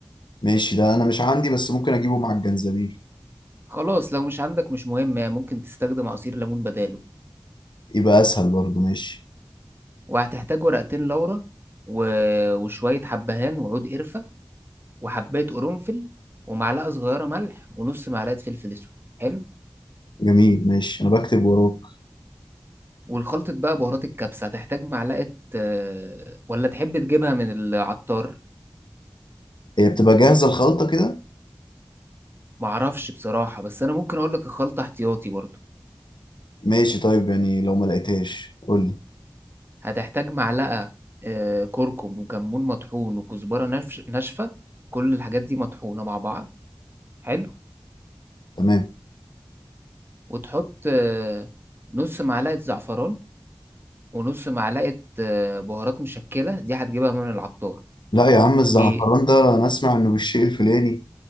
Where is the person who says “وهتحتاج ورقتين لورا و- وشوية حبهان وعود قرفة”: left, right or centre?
Right